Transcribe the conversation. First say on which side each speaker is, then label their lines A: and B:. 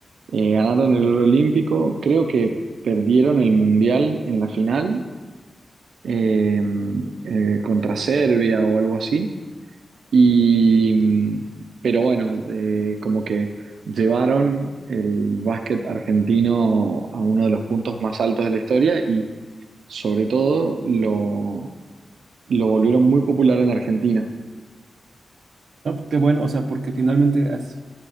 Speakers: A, on the right; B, on the right.
A: Eh, ganaron el oro olímpico, creo que perdieron el mundial en la final eh, mm, eh, contra Serbia o algo así. Y, mm, pero bueno, eh, como que llevaron el básquet argentino a uno de los puntos más altos de la historia y sobre todo lo lo volvieron muy popular en Argentina.
B: No, pues qué bueno, o sea, porque finalmente as-